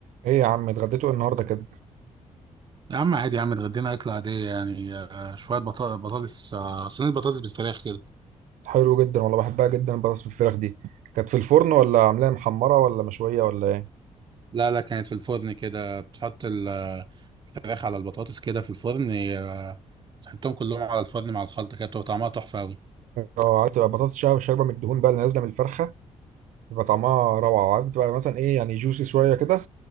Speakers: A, on the right; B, on the right.
A: ايه يا عم اتغديتوا إيه النهارده كده
B: يا عم عادي يا عم اتغدينا أكلة عادية يعني آه، شوية بطا- بطاطس آه، صينية بطاطس بالفراخ كده
A: حلو جدا والله بحبها جدا بطاطس بالفراخ دي كانت في الفرن ولا عاملاها محمره ولا مشويه ولا ايه
B: لا لا كانت في الفرن كده بتحط ال- آه، الفراخ على البطاطس كده في الفرن آه، تحطهم كلهم على الفرن مع الخلطة كده بتبقى طعمها تحفة أوي
A: اه عارف تبقى بطاطس شا- شاربه من الدهون بقى اللي نازله من الفرخه بيبقى طعمها روعه عارف بتبقى مثلا ايه يعني جوسي شويه كده